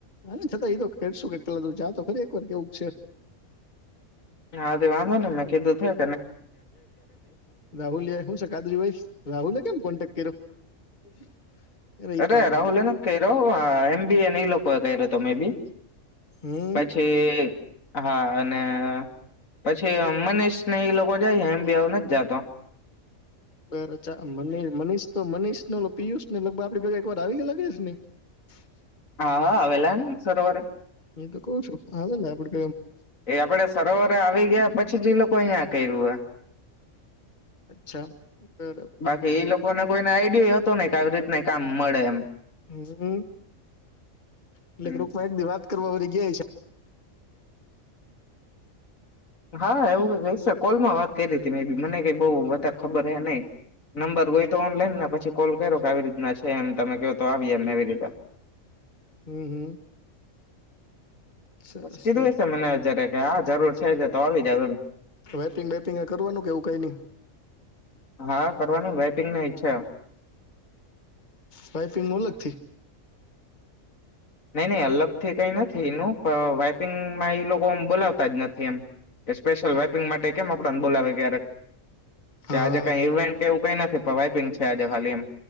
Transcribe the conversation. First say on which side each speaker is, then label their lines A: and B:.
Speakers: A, on the left; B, on the left.
A: હા છતાં એ તો કે શું કેટલાધું ચા તો ખરી એક વાર કેવું છે
B: હા તે વાંધો ને મેં કીધું થયો
A: રાહુલયા શું છે કાદરી ભાઈ રાહુલે કેમ કોન્ટેક કર્યો? <inaudible>
B: અરે
A: આપડે
B: રાહુલે એ ના કહી રહ્યો એમ બી એ નહી લોકો એ કહી રહ્યો તો મેબી
A: હમ
B: પછી હા અને પછી મને ને એ લોકો જાય હું નથી જતો
A: બા મ મનીષ તો મનીષ ન પિયુષ ને લગભગ આપે બગા <inaudible> <unintelligible> ઘરા આવી ગલા કેશને <unintelligible>
B: હા હા આવેલાને સરોવર
A: એ તો કઉ છું હા લ આપડી
B: એ આપડે સરોવરે આવી ગયા પછી જ એ લોકો અહયા કર્યું હો
A: અચ્છા બરાબર
B: બાકી
A: અને
B: એઈ લોકોને કોઈને આઈડિયા હતો નઈ કે આવી રીતના કામ મળે એમ
A: હમ એતલે
B: હમ
A: ગ્રુપ માં એક ડી વાત જે છે
B: હા એવું ક કોલમાં વાત કરી હતી મેં પણ મને કઈ બઉ વધા ખબર હ નહી નંબર હોય તો ઓનલાઈન ને પછી કોલ કર્યો કે આવી રીતના છે એમ તમે કહો તો આવી એમ એવી રીતે
A: હમ હમ સરસ
B: કીધું
A: લે
B: હશે મને જારે હા જરૂર છે તો આવી જાવ
A: વેપિંગ વેપિંગ કરવાનું કે એવું કઈ ન
B: હા કરવાનું વેપિંગ ન ઈચ્છા
A: વાઈપિંગ ન અલગ થી
B: નઈ નહી અલગથી કઈ નથી એનું પણ વાઈપિંગમાં એ લોકો બોલાવતા જ નથી એમ સ્પેશયલ વપિંગ માટે કેમ આપ બોલાવે ક્યારેક
A: હા
B: કે આજે કઈ ઇવેન્ટ કે નથી વાઈપિંગ છે આજે ખાલી એમ